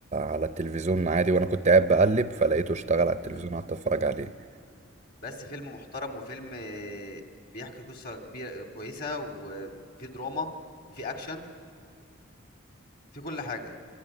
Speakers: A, on the right; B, on the left.
A: على التلفزيون عادي وانا كنت قاعد بقلب فلقيته اشتغل على التلفزيون
B: مم.
A: قعدت اتفرج عليه
B: بس فيلم محترم وفيلم آه، بيحكي قصة كبيرة كويسة وفي دراما وفي أكشن في كل حاجة